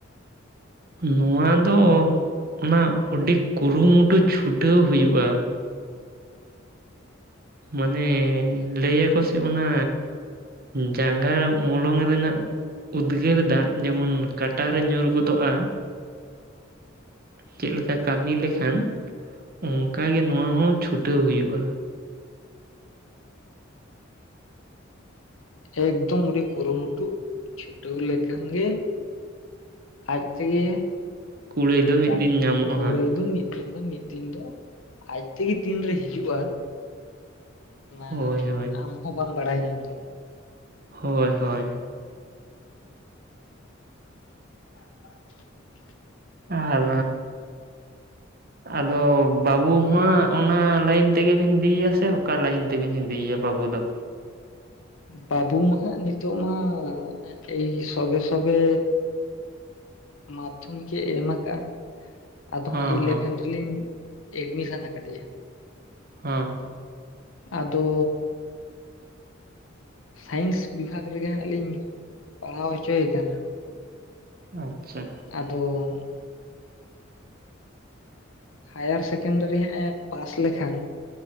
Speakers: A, on the right; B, on the left.
A: ᱱᱚᱶᱟ ᱫᱚ ᱚᱜ ᱚᱱᱟ ᱟᱹᱰᱤ ᱠᱩᱨᱩᱢᱩᱴᱩ ᱪᱷᱩᱴᱟᱹᱣ ᱦᱩᱭᱩᱜᱼᱟ ᱢᱟᱱᱮᱻ ᱞᱟᱹᱭ ᱟᱠᱠᱚ ᱥᱮ ᱚᱱᱟ ᱡᱟᱸᱜᱟ ᱢᱚᱞᱚᱝ ᱨᱮᱱᱟᱜ ᱩᱫᱽᱜᱟᱹᱨ ᱫᱟᱜ ᱡᱮᱢᱚᱱ ᱠᱟᱴᱟᱨᱮ ᱧᱩᱨ ᱜᱚᱫᱚᱜᱼᱟ᱾ ᱪᱮᱫ ᱞᱮᱠᱟ ᱠᱟᱹᱢᱤ ᱞᱮᱠᱷᱟᱱ ᱚᱱᱠᱟᱜᱮ ᱱᱚᱣᱟ ᱦᱚᱸ ᱪᱷᱩᱴᱟᱹᱣ ᱦᱩᱭᱩᱜᱼᱟ᱾
B: ᱮᱠᱫᱚᱢ ᱟᱹᱰᱤ ᱠᱩᱨᱩᱢᱩᱴᱩ ᱪᱷᱩᱴᱟᱹᱣ ᱞᱮᱠᱷᱟᱱ ᱜᱮ ᱟᱡ ᱛᱮᱜᱮ
A: ᱠᱩᱲᱟᱹᱭ ᱫᱚ ᱢᱤᱫ
B: ᱪᱟᱠ
A: ᱫᱤᱱ ᱧᱟᱢᱚᱜᱼᱟ
B: ᱠᱩᱲᱟᱹᱭ
A: ᱦᱟᱸᱜ
B: ᱫᱚ ᱢᱤᱫ ᱛᱤᱦᱤᱱ ᱫᱚ ᱢᱤᱫ ᱫᱤᱱ ᱫᱚ ᱟᱡ ᱛᱮᱜᱮ ᱛᱤᱱᱨᱮ ᱦᱤᱡᱩᱜᱼᱟ ᱚᱱᱟ
A: ᱦᱳᱭ ᱦᱳᱭ
B: ᱟᱢ ᱦᱚᱸ ᱵᱟᱢ ᱵᱟᱲᱟᱭ ᱧᱟᱢ ᱫᱟᱲᱮᱭᱟᱜᱼᱟ᱾
A: ᱦᱳᱭ ᱦᱳᱭ
B: <inaudible>
A: ᱟᱨᱻ ᱟᱫᱚ ᱵᱟᱹᱵᱩ ᱦᱚᱸ ᱟᱜ ᱚᱱᱟ ᱞᱟᱹᱭᱤᱱ ᱛᱮᱜᱮ ᱵᱤᱱ ᱤᱫᱤᱭᱭᱟ ᱥᱮ ᱚᱠᱟ ᱞᱟᱹᱭᱤᱱ ᱛᱮᱵᱤᱱ ᱤᱫᱤᱭᱭᱟ ᱵᱟᱹᱵᱩ ᱫᱚ?
B: ᱵᱟᱹᱵᱩ ᱢᱟ ᱦᱟᱸᱜ ᱱᱤᱛᱚᱜ ᱢᱟ ᱮᱭ ᱥᱚᱵᱮᱻᱥᱚᱵᱮ ᱢᱟᱫᱽᱫᱷᱚᱢᱤᱠ ᱮ ᱮᱢ ᱟᱠᱟᱜᱼᱟ ᱟᱫᱚ
A: ᱦᱚᱸ
B: ᱦᱟᱸᱜ ᱤᱞᱮᱵᱷᱮᱱ
A: ᱦᱚᱸ
B: ᱨᱮᱞᱤᱧ ᱮᱰᱢᱤᱥᱮᱱ ᱠᱟᱫᱮᱭᱟ᱾
A: ᱦᱚᱸ
B: ᱟᱫᱚᱻ ᱥᱟᱭᱮᱱᱥ ᱵᱤᱵᱷᱟᱜᱽ ᱨᱮᱜᱮ ᱦᱟᱸᱜ ᱞᱤᱧ ᱯᱟᱲᱦᱟᱣ ᱦᱚᱪᱚᱭᱮ ᱠᱟᱱᱟ
A: ᱟᱪᱪᱷᱟ
B: ᱟᱫᱚ ᱦᱟᱭᱟᱨ ᱥᱮᱠᱮᱱᱰᱟᱨᱤ ᱦᱟᱸᱜ ᱮ ᱯᱟᱥ ᱞᱮᱠᱷᱟᱱ